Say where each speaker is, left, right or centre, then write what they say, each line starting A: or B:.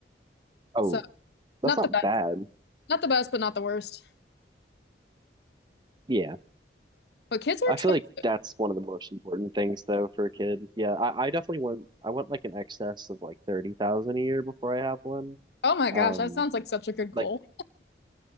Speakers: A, on the right (about 25°); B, on the left (about 70°).
A: Oh,
B: So not
A: that's not
B: the best,
A: bad.
B: not the best, but not the worst.
A: Yeah.
B: But kids are
A: I
B: expensive.
A: feel like that's one of the most important things though for a kid. Yeah, I, I definitely want I want like an excess of like 30,000 a year before I have one.
B: Oh my gosh,
A: Um
B: that sounds like such a good goal.
A: like